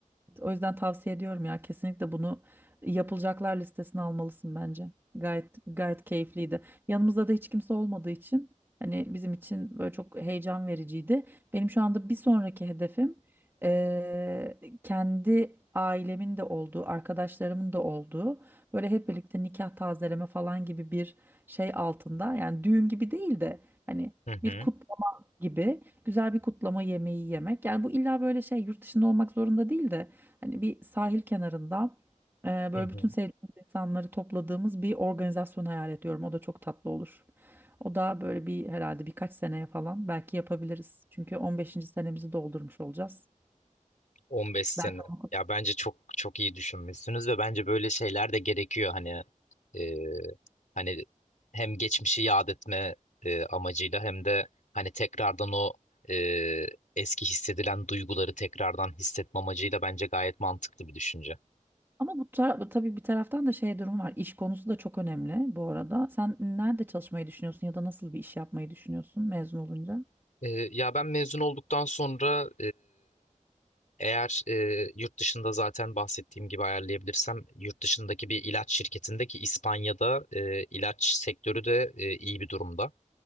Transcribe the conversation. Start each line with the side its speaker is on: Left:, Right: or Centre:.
Right: O yüzden tavsiye ediyorum ya kesinlikle bunu yapılacaklar listesine almalısın bence. Gayet gayet keyifliydi. Yanımızda da hiç kimse olmadığı için hani bizim için böyle çok heyecan vericiydi. Benim şu anda bir sonraki hedefim eee, kendi ailemin de olduğu, arkadaşlarımın da olduğu böyle hep birlikte nikah tazeleme falan gibi bir şey altında. Yani düğün gibi değil de hani
Left: Hı
Right: bir
Left: hı.
Right: kutlama gibi güzel bir kutlama yemeği yemek. Yani bu illa böyle şey yurt dışında olmak zorunda değil de Hani bir sahil kenarında e, böyle
Left: Hı hı.
Right: bütün sevdiğimiz insanları topladığımız bir organizasyon hayal ediyorum. O da çok tatlı olur. O da böyle bir herhalde birkaç seneye falan belki yapabiliriz. Çünkü 15. senemizi doldurmuş olacağız.
Left: 15 sene.
Right: Belki onu
Left: Ya bence çok çok iyi düşünmüşsünüz ve bence böyle şeyler de gerekiyor hani e, hani hem geçmişi yad etme e, amacıyla hem de hani tekrardan o e, eski hissedilen duyguları tekrardan hissetme amacıyla bence gayet mantıklı bir düşünce.
Right: Ama bu, tar tabii bir taraftan da şey durumu var. İş konusu da çok önemli bu arada. Sen nerede çalışmayı düşünüyorsun ya da nasıl bir iş yapmayı düşünüyorsun mezun olunca?
Left: E, ya ben mezun olduktan sonra Eğer e, yurt dışında zaten bahsettiğim gibi ayarlayabilirsem yurt dışındaki bir ilaç şirketindeki İspanya'da e, ilaç sektörü de e, iyi bir durumda.